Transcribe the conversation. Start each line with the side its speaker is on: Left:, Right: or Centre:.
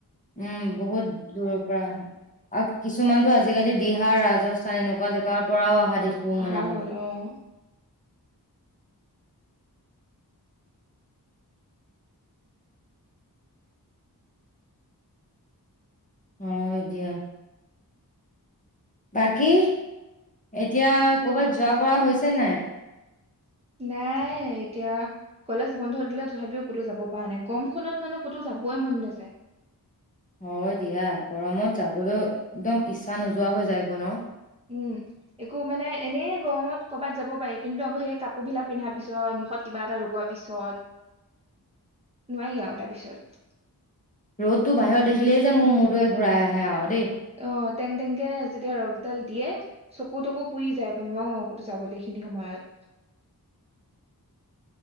Left: উম বহুত দূৰৰ পৰা আহে আৰু কিছুমানতটো আজিকালি বিহাৰ ৰাজস্থান এনেকুৱা জেগাৰ পৰাও অহা দেখো
Right: আহা
Left: মানে
Right: হ'ল
Left: মই।
Right: অহ
Left: অ এতিয়া। বাকী এতিয়া কৰবাত যোৱা কৰা হৈছে নাই?
Right: নাই এতিয়া কলেজ বন্ধ দিলে, তথাপিও ক'তো যাব পৰা নাই। গৰমখনত মানে ক'তো যাবই মন নাযায়।
Left: হয় দিয়া গৰমত যাবলৈ একদম ইচ্ছা নোযোৱা হৈ যায়গৈ ন
Right: উম একো মানে এনেই গৰমত কৰ'বাত যাব পাৰি। কিন্তু আকৌ সেই কাপোৰ বিলাক পিন্ধা পিছত মুখত কিবা এটা লগোৱা পিছত নোৱাৰি আৰু তাৰপিছত।
Left: ৰ'দটো বাহিৰত দেখিলেই যে', মোৰ মূৰটো ঘূৰাই আহে আৰু দেই।
Right: অহ', টেং-টেংকে যেতিয়া ৰ'দডাল দিয়ে চকু- তকু পুৰি যায়। নোৱাৰো আৰু ক'তো যাবলৈ এইখিনি সময়ত।